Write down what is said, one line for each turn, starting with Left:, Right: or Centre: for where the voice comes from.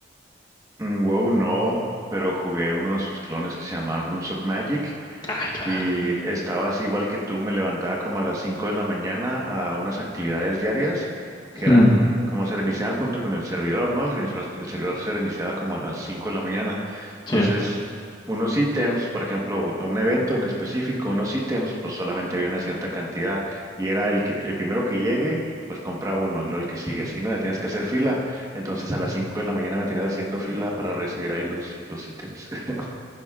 Right: Mm, WoW no, pero jugué uno de sus clones que se llama Runes of Magic
Left: Ah, claro.
Right: Y estabas igual que tú, me levantaba como a las 5 de la mañana a unas actividades diarias que eran
Left: Mm,
Right: como se reiniciaban junto con el servidor, ¿no? El, reinicio- el servidor se reiniciaba como a las 5 de la mañana. Entonces,
Left: sí.
Right: unos ítems, por ejemplo, un evento en específico, unos ítems, pues solamente había una cierta cantidad y era el que el primero que llegue, pues compra uno y luego el que sigue así, ¿no? Ya tienes que hacer fila. Entonces, a las 5 de la mañana me tenías haciendo fila para recibir ahí los, los ítems. <laughs>